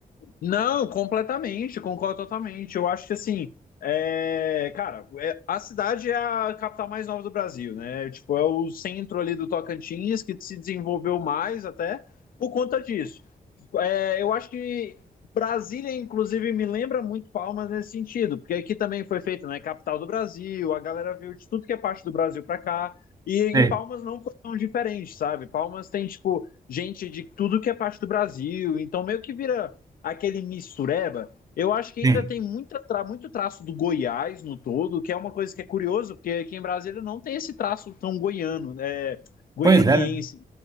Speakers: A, on the left; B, on the right.
A: Não, completamente, concordo totalmente. Eu acho que assim, é, cara, é, a cidade é a capital mais nova do Brasil, né? Tipo, é o centro ali do Tocantins que se desenvolveu mais até por conta disso. É, eu acho que Brasília, inclusive, me lembra muito Palmas nesse sentido, porque aqui também foi feito, né? Capital do Brasil, a galera viu de tudo que é parte do Brasil para cá. E em
B: Sei.
A: Palmas não foi tão diferente, sabe? Palmas tem, tipo, gente de tudo que é parte do Brasil, então meio que vira aquele mistureba. Eu acho que ainda
B: Sim.
A: tem muita tra muito traço do Goiás no todo, que é uma coisa que é curioso, porque aqui em Brasília não tem esse traço tão goiano, é, goianiense.
B: Pois é, né?